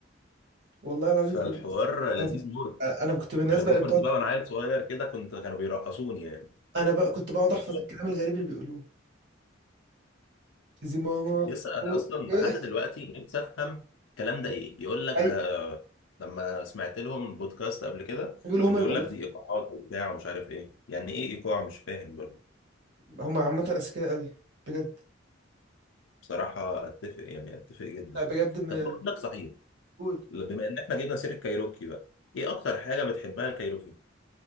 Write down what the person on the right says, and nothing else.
والله العظيم
كنت بس
انا كنت
أنا كنت من الناس
بقى اللي بتقعد
انا بقى كنت بقعد
احفظ الكلام الغريب اللي بيقولوه زي ماما
أو-
<laughs>
اي
بيقولوا
هم
المؤلفين
هم عامه اذكياء قوي بجد
لا بجد من
قول